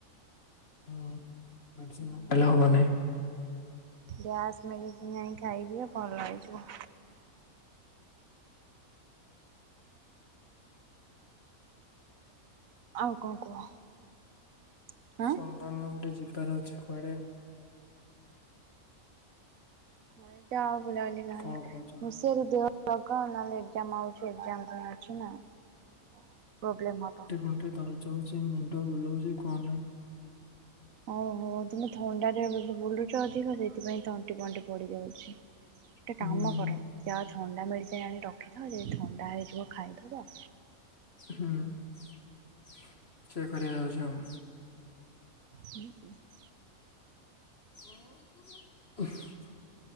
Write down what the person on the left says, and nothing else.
ହୁଁ ମେଡିସିନ
ନ ଖାଇଲେ ହବ ନାହିଁ।
ସୁନ୍ଦର୍ଣ୍ଣର ଗୋଟେ ଯିବାର ଅଛି କୁଆଡେ?
କଣ କହୁଛ?
ଘଣ୍ଟେ ତଳକୁ ଚଳୁଛି ମୁଣ୍ଡ ବୁଲଉଛି କଣ ନାହିଁ?
ହୁଁ
ହୁଁ
ହୁଁ ସେୟା କରିବି ଯାଉଛୁ ଆଉ
<inaudible>